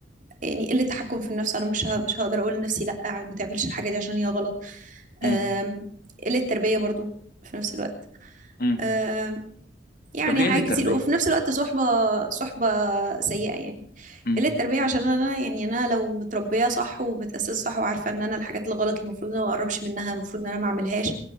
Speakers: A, on the right (about 45°); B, on the left (about 50°).
A: يعني قلة تحكم في النفس انا مش ه... مش هقدر اقول لنفسي لا ما تعملش الحاجة دي عشان هي غلط
B: امم
A: آم، قلة تربية برضو في نفس الوقت
B: امم
A: آم، يعني
B: طب ليه
A: حاجات
B: قله التربيه
A: كتير وفي نفس الوقت صحبة صحبة سيئة يعني
B: امم
A: قلة تربية عشان انا يعني انا لو متربية صح ومتأسسة صح وعارفة ان انا الحاجات الغلط المفروض ان انا ما اقربش منها المفروض ان انا ما اعملهاش